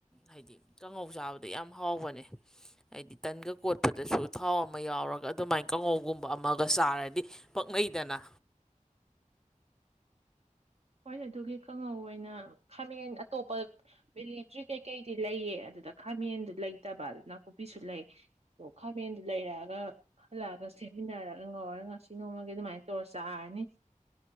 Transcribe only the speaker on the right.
<unintelligible>
<unintelligible> ꯍꯣꯏ ꯑꯗꯨꯒꯤ ꯀꯥꯡꯉꯧ ꯑꯣꯏꯅ ꯈꯥꯃꯦꯟ ꯑꯇꯣꯞꯄ ꯚꯤꯂꯦꯇ꯭ꯔꯤ ꯀꯩꯀꯩꯗꯤ ꯂꯩꯌꯦ ꯑꯗꯨꯗ ꯈꯥꯃꯦꯟꯗꯨ ꯂꯩꯇꯕ ꯑꯗꯨ ꯅꯥꯀꯨꯞꯄꯤꯁꯨ ꯂꯩ ꯑꯗꯣ ꯈꯥꯃꯦꯟꯗꯨ ꯂꯩꯔꯛꯑꯒ ꯍꯜꯂꯛꯑꯒ ꯁꯦꯝꯠꯃꯤꯟꯅꯔꯒ ꯉꯧꯔꯒ ꯉꯁꯤ ꯅꯣꯡꯃꯒꯤ ꯑꯗꯨꯃꯥꯏꯅ ꯆꯣꯔ ꯆꯥꯔꯅꯤ